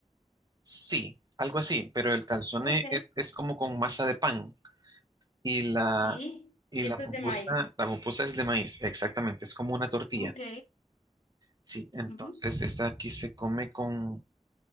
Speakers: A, on the right; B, on the left.
A: sí, algo así, pero el calzone
B: ok.
A: es, es como con masa de pan y la,
B: Sí,
A: y
B: y eso
A: la pupusa,
B: es de maíz.
A: la pupusa es de maíz, exactamente, es como una tortilla,
B: Ok.
A: sí. Entonces,
B: ujú,
A: esta aquí se come con,